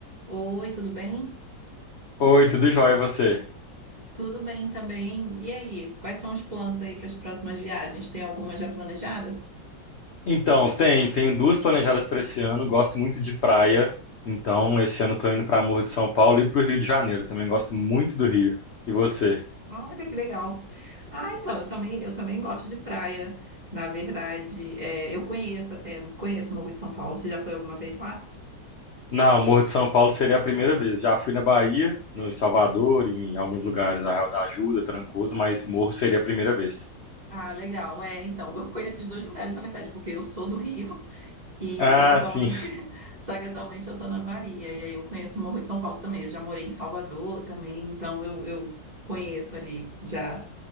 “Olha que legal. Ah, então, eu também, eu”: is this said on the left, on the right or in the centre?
Right